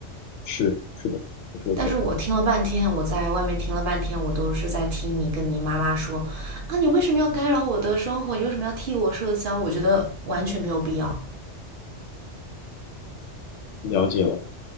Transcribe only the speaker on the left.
是是的，你说的对，
了解了。